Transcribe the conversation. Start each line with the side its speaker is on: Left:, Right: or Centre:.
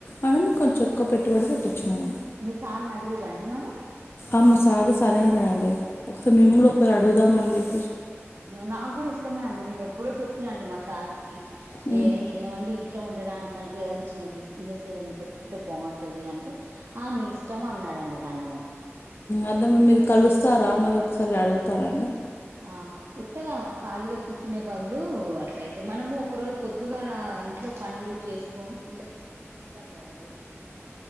Left: మనం కొంచెం ఎక్కువ పెట్టుబడి పెట్టచ్చు మనం
Right: మీ సార్ అడిగిండ్ర మరి
Left: అమ్మ సార్ సరే అనడండి ఒకసారి మిమ్మల్ని
Right: అన్న
Left: ఒకసారి అడుగుదాం అని చెప్పి
Right: నాకు కూడా ఇష్టమే అండి నేను ఎప్పుడో చెప్పినండి మా సార్ కి
Left: ఉమ్
Right: ఏ ఏమండి ఇంట్లో ఉండడానికి కంటే ఏదన్నా చిన్న బిజినెస్ ఏదన్నా పెట్టుకుంటే బాగుంటది అంటే ఆ నీ ఇష్టం అన్నాడడి నన్ను
Left: అదేమ్మ మీరు కలుస్తారా మరి ఒకసారి అడుగుతారా
Right: ఆ ఉత్తగా కాలిగా కుచునే బాదులు ఇప్పుడు అట్లయితే మనము ఒక రోజు పొద్దుగా ఇంట్లో పండ్లు చేసుకొని అడుగుతారు కదండి